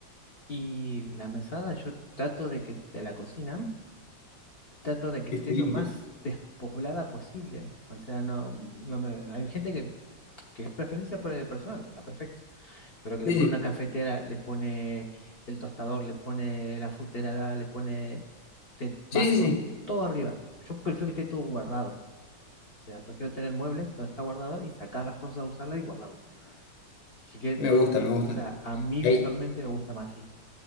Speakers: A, on the left (about 50°); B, on the left (about 75°).
A: y la mesada yo trato de que de la cocina. trato de que
B: que
A: esté
B: esté
A: lo
B: limpio.
A: más despoblada posible. O sea, no, no me, hay gente que, que es preferencia por el personal, está perfecto, pero que le
B: Sí,
A: pone
B: sí,
A: una cafetera, le pone el tostador, le pone la frutera, le pone de vasos,
B: sí, sí, sí.
A: todo arriba. Yo prefiero que esté todo guardado. O sea, prefiero tener muebles donde está guardado y sacar las cosas a usarlas y guardarlas. Que quede
B: Me
A: todo
B: gusta,
A: así.
B: me gusta.
A: O sea, a mí
B: Hay,
A: visualmente me gusta más así.